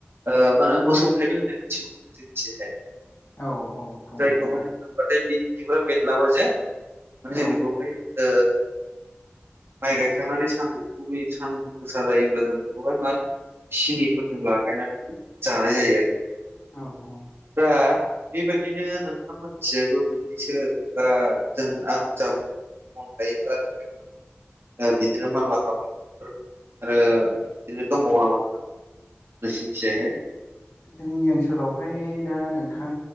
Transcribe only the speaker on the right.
ओ मा होनो मोसौ थाइबें होननानै मिथिगौ बेखौ जोंनिथिंजायहाय।
जायखौ
मानि मोनबाथाय बिनि बिगुरा बेरलाबो जे माने
जों बे ओ माइ गायखांनानै सानदुंखो बै सानदुं गोसा जायोब्ला जों बेखौहाय मा होनो सिनिफोरजों लागायनानै जानाय जायो आरो।
दा बेबायदिनो नोंथां मोनथिंजायबो मोननैसो ओ जों आं जा बुं खन थायोबा <unintelligible> ओ बिदिनो मानलाग्रा मैगंफोर आरो बिदिनो दंबावो नामा नोंथां? नोंसिनथिंजाय